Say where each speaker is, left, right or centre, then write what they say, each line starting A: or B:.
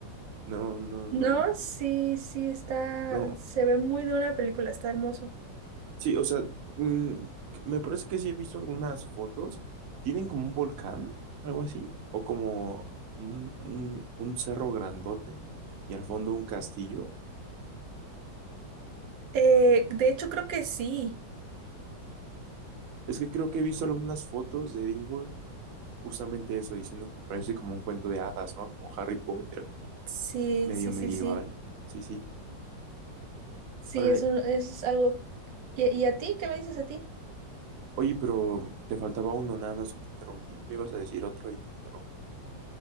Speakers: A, on the right; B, on the right.
A: No, no, no,
B: No, sí, sí, está,
A: no.
B: se ve muy de una película, está hermoso.
A: Sí, o sea, mm, me parece que sí he visto algunas fotos. Tienen como un volcán, algo así, o como un, un, un cerro grandote y al fondo un castillo.
B: Eh, de hecho, creo que sí,
A: Es que creo que he visto algunas fotos de Edimburgo Justamente eso, diciendo que parece como un cuento de hadas, ¿no? Como Harry Potter, como que
B: sí,
A: medio
B: sí,
A: medieval.
B: sí, sí,
A: Sí, sí.
B: sí,
A: Órale.
B: es, un- es algo. ¿Y, y a ti? ¿Qué me dices a ti?
A: Oye, pero te faltaba uno, nada más que te interrumpí. Me ibas a decir otro y te interrumpí.